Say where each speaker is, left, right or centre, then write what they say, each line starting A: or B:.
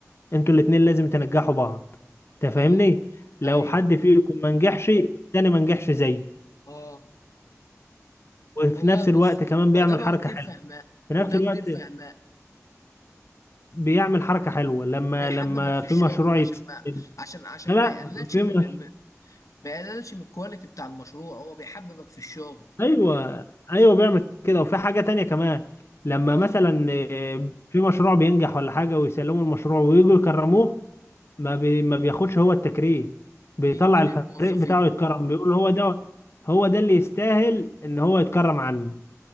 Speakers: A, on the left; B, on the left.
A: انتوا الاتنين لازم تنجحوا بعض تفهمني
B: اه
A: لو
B: ايوه
A: حد فيكم ما نجحش التاني ما نجحش زيه
B: اه
A: وفي
B: والله
A: نفس
B: بص
A: الوقت كمان بيعمل
B: اه ده بقى
A: حركه
B: مدير
A: حلوه
B: فهمان
A: في نفس
B: ده
A: الوقت
B: مدير فهمان
A: بيعمل حركة حلوة لما
B: بيحببك
A: لما
B: في
A: في
B: الشغل
A: مشروع
B: عشان
A: يتسجل
B: ما عشان عشان
A: لا لا،
B: ما يقللش
A: في
B: من
A: مش...
B: ما يقللش من الكواليتي بتاع المشروع هو بيحببك في الشغل
A: ايوه ايوه بيعمل كده وفي حاجة تانية كمان لما
B: اه
A: مثلا آه، في مشروع بينجح ولا حاجة ويسلموا المشروع ويجوا يكرموه ما بي... ما بياخدش هو التكريم بيطلع
B: بيدي للموظفين
A: الفريق بتاعه يتكرم بيقول هو ده هو ده اللي يستاهل ان هو يتكرم عني